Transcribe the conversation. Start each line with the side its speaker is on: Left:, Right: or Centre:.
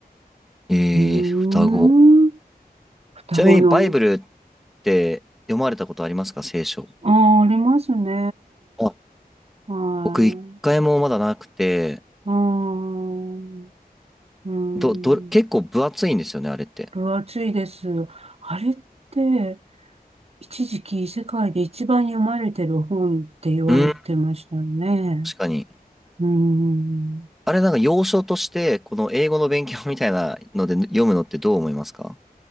Centre: えー、
Right: うーん。
Centre: 双子。
Right: 双子の、
Centre: ちなみにバイブルって読まれたことありますか聖書。
Right: ああ、ありますね。
Centre: あ、
Right: はい、
Centre: 僕一回もまだなくて、
Right: うん、うん。
Centre: ど、ど、結構分厚いんですよね、あれって。
Right: 分厚いです。あれって、一時期世界で一番読まれてる本って言われてましたね。
Centre: うん、確かに。
Right: うーん。
Centre: あれなんか要所として、この英語の勉強みたいなので読むのってどう思いますか